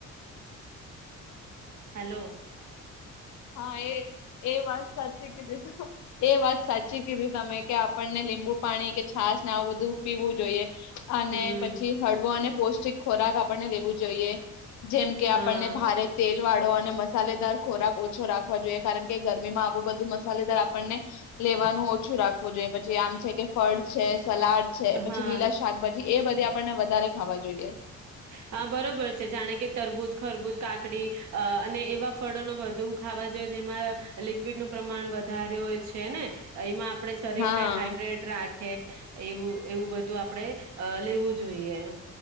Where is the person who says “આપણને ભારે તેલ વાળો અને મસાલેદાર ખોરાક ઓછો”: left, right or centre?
Left